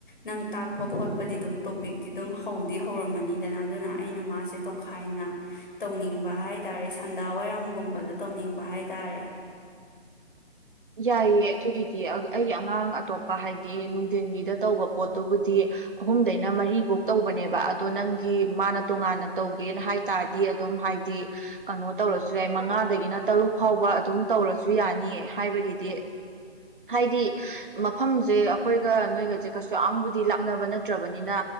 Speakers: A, on the left (about 50°); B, on the right (about 50°).
A: ꯅꯪ ꯇꯥꯛꯄ ꯈꯣꯠꯄꯗꯤ ꯑꯗꯨꯝ ꯇꯣꯄꯤꯛꯇꯤ ꯑꯗꯨꯝ ꯍꯧꯗꯤ ꯍꯧꯔꯝꯃꯅꯤꯗꯅ ꯑꯗꯨꯅ ꯑꯩꯅ ꯃꯥꯁꯦ ꯇꯣꯡꯈꯥꯏꯅ ꯇꯧꯅꯤꯡꯕ ꯍꯥꯏ ꯇꯔꯦ ꯁꯟꯗꯌꯥ ꯋꯥꯏꯔꯝꯒꯨꯝꯕꯗ ꯇꯧꯅꯤꯡꯕ ꯍꯥꯏ ꯇꯔꯦ
B: ꯌꯥꯏꯌꯦ ꯑꯗꯨꯒꯤꯗꯤ ꯑꯩꯒꯤ ꯑꯉꯥꯡ ꯑꯇꯣꯞꯄ ꯍꯥꯏꯗꯤ ꯅꯨꯡꯊꯤꯟꯒꯤꯗ ꯇꯧꯕ ꯄꯣꯠꯇꯨꯕꯨꯗꯤ ꯑꯍꯨꯝꯗꯩꯅ ꯃꯔꯤꯐꯧ ꯇꯧꯕꯅꯦꯕ ꯑꯗꯣ ꯅꯪꯒꯤ ꯃꯥꯅ ꯇꯣꯉꯥꯟꯅ ꯇꯧꯒꯦꯅ ꯍꯥꯏ ꯇꯔꯗꯤ ꯑꯗꯨꯝ ꯍꯥꯏꯗꯤ ꯀꯩꯅꯣ ꯇꯧꯔꯁꯨ ꯌꯥꯏ ꯃꯉꯥꯗꯒꯤꯅ ꯇꯔꯨꯛ ꯐꯥꯎꯕ ꯑꯗꯨꯝ ꯇꯧꯔꯁꯨ ꯌꯥꯅꯤꯌꯦ ꯍꯥꯏꯕꯒꯤꯗꯤ ꯍꯥꯏꯗꯤ ꯃꯐꯝꯖꯦ ꯑꯈꯣꯏꯒ ꯅꯣꯏꯒꯖꯦ ꯀꯩꯁꯨ ꯌꯥꯝꯕꯨꯗꯤ ꯂꯥꯞꯅꯕ ꯅꯠꯇ꯭ꯔꯕꯅꯤꯅ